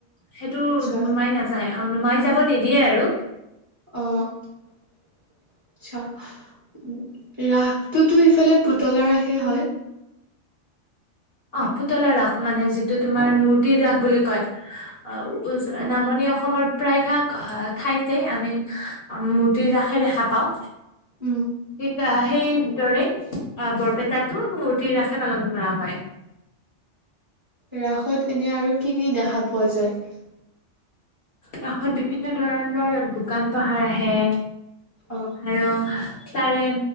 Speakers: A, on the left; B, on the right.
A: সেইটো
B: আচ্ছা
A: নুমাই নাযায়। অ নুমাই যাব নিদিয়ে আৰু।
B: অ <unintelligible> ৰাস তো তো ইফালে পুতলা ৰাসে হয়।
A: অ পুতলা ৰাস মানে যিটো তোমাৰ মূৰ্তিৰ ৰাস বুলি কয়। অ নামনি অসমৰ প্ৰায়ভাগ ঠাইতে আমি মূৰ্তি ৰাস দেখা পাওঁ।
B: উম
A: হিকা সেই দৰে বৰপেটাতো মূৰ্তি ৰাশে পালন কৰা হয়।
B: ৰাসত এনে আৰু কি কি দেখা পোৱা যায়?
A: কাষত বিভিন্ন ধৰণৰ দোকান পাহাৰ আহে।
B: অ
A: আৰু তাৰে